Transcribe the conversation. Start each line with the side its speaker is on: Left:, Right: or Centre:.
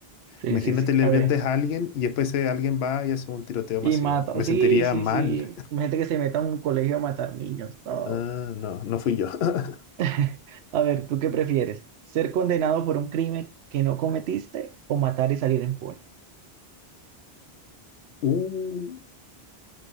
Right: Sí,
Left: Imagínate,
Right: sí, sí.
Left: le
Right: A
Left: vendes
Right: ver.
Left: a alguien y después eh, alguien va y hace un tiroteo
Right: Y
Left: masivo.
Right: mata,
Left: Me
Right: sí,
Left: sentiría
Right: sí,
Left: mal.
Right: sí. Gente que se meta a un colegio a matar niños. no.
Left: Ah, no, no fui yo. <laughs>
Right: <laughs> A ver, ¿tú qué prefieres? ¿Ser condenado por un crimen que no cometiste o matar y salir impune?
Left: Uh,